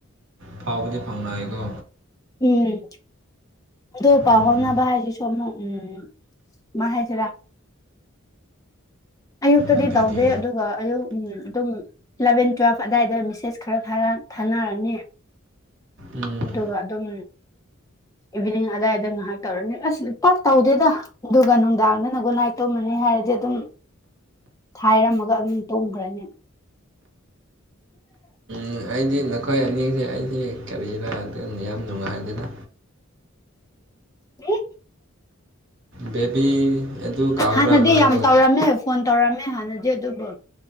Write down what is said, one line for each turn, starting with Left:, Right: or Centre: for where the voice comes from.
Right: ꯐꯥꯎꯕꯗꯤ ꯐꯪꯅꯥꯏꯀꯣ
Left: ꯎꯝ ꯑ ꯄꯥꯎ
Right: ꯎꯝ
Left: ꯐꯥꯎꯅꯕ ꯍꯥꯏꯁꯤ ꯁꯣꯝꯅ ꯎꯝ ꯃꯥ ꯍꯥꯏꯁꯤꯔꯥ <unintelligible> ꯑꯌꯨꯛꯇꯗꯤ
Right: ꯑꯗꯨꯗꯤ
Left: ꯇꯧꯗꯦ ꯑꯗꯨꯒ ꯑꯌꯨꯛ ꯎꯝ ꯑꯗꯨꯝ ꯏꯂꯚꯦꯟ ꯇꯨꯋꯦꯜꯐ ꯑꯗꯨꯗꯥꯋꯥꯏꯗ ꯃꯦꯁꯦꯖ ꯈꯔ ꯊꯥꯅꯔꯅꯤ
Right: ꯎꯝ
Left: ꯑꯗꯨꯒ ꯑꯗꯨꯝ ꯏꯚꯤꯅꯤꯡ ꯑꯗꯥꯋꯥꯏꯗ ꯉꯥꯏꯍꯥꯛ ꯇꯧꯔꯅꯤ ꯑꯁ ꯄꯥꯛ ꯇꯧꯗꯦꯗ ꯑꯗꯨꯒ ꯅꯨꯡꯗꯥꯡꯅꯅꯒꯣꯟ ꯅꯥꯏ ꯇꯃꯅꯤ ꯅꯤ ꯍꯥꯏꯔꯗꯤ ꯑꯗꯨꯝ ꯊꯥꯏꯔꯝꯃꯒ ꯑꯗꯨꯝ ꯇꯣꯡꯈ꯭ꯔꯅꯤ
Right: ꯎ ꯑꯩꯗꯤ ꯅꯈꯣꯏ ꯑꯅꯤꯁꯦ ꯑꯩꯗꯤ ꯀꯕꯤꯔꯥ ꯑꯗꯨꯅꯤ ꯌꯥꯝ ꯅꯨꯡꯉꯥꯏꯗꯅ
Left: ꯎ
Right: ꯕꯦꯕꯤ ꯑꯗꯨ ꯀꯥꯎꯕ꯭ꯔꯥ
Left: ꯍꯥꯟꯅꯗꯤ
Right: ꯃꯥꯗꯣ
Left: ꯌꯥꯝ ꯇꯧꯔꯝꯃꯦ ꯐꯣꯟ ꯇꯧꯔꯝꯃꯦ ꯍꯥꯟꯅꯗꯤ ꯑꯗꯨꯕꯨ